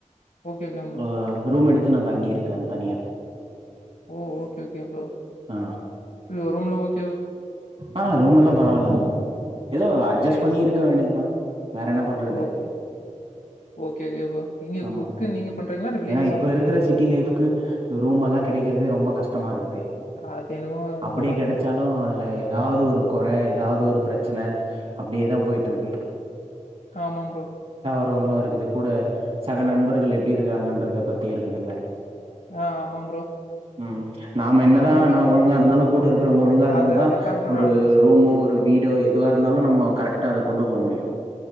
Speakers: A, on the left; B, on the right.
A: ஓகே ஓகேங்க ப்ரோ
B: அ ரூம் எடுத் த்து நா தங்கிருக்கே தனியா
A: ஓ ஓகே ஓகே ப்ரோ
B: ஆ
A: உள்ளு ரூம்ல ஓகே
B: ஆ ரூம் எல்லா பரவால்லதா ஏதோ அட்ஜஸ்
A: சேரி
B: பண்ணி
A: சேரி
B: இருக்க வேண்டிதா வேற என்ன பண்றது
A: ஓகே ஓகே ஓகே ப்ரோ நீங்க
B: ஆமா
A: குக்கு நீங்க பண்றீங்களா இல்ல வெளிய
B: ஏன்னா
A: தா
B: இப்ப
A: சாப்ட்டுருக்கீங்களா
B: இருக்குற சிட்டி லைஃப்க்கு ரூம் எல்லாம் கெடைக்கறதே ரொம்ப கஷ்ட டமா இருக்குது
A: அது என்னமோ உண்மதா
B: அப்படியே கெடைச்சாலு
A: ப்ரோ
B: அதுல ஏதாவது ஒரு கொற ஏதாவது ஒரு பிரச்சன அப்டியேதா போயிட்ருக்கு
A: ஆமா ப்ரோ
B: அவுங்களு இருக்குது கூட சக நண்பர்கள் எப்டி இருக்காங்கண்றத பத்தியு இருக்குதுல்ல
A: ஆஹ் ஆமாம் ப்ரோ
B: உம் நாம என்னதா
A: நம்ம க
B: நா ஒழுங்கா இருந்தாலு கூட இருக்றோங்க ஒழுங்கா இருந்
A: அத அதத்தா
B: ஆ
A: ப்ரோ
B: ஒரு
A: நானு
B: ரூமோ ஒரு வீடோ எதுவா இருந்தாலும் நம்ம கரெக்டா கொண்டு போமுடியு